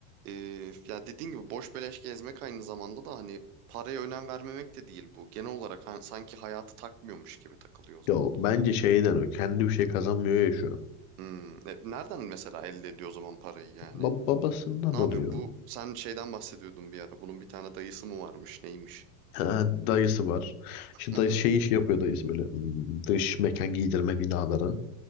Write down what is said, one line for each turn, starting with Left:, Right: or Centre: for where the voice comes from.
Right: e, ya dediğin gibi boş beleş gezmek aynı zamanda da hani paraya önem vermemek de değil bu. Genel olarak hani sanki hayatı takmıyormuş gibi takılıyor o zaman.
Left: ya bence şeyden o kendi bir şey kazanmıyor ya şu an.
Right: Hmm, e, nereden mesela elde ediyor o zaman parayı yani?
Left: Ba- babasından
Right: Ne yapıyor?
Left: alıyor.
Right: Bu sen şeyden bahsediyordun bir ara. Bunun bir tane dayısı mı varmış, neymiş?
Left: Ha, dayısı var. İşte
Right: Hı
Left: dayısı
Right: hı.
Left: şey işi yapıyor dayısı böyle hmm, dış mekan giydirme binaları.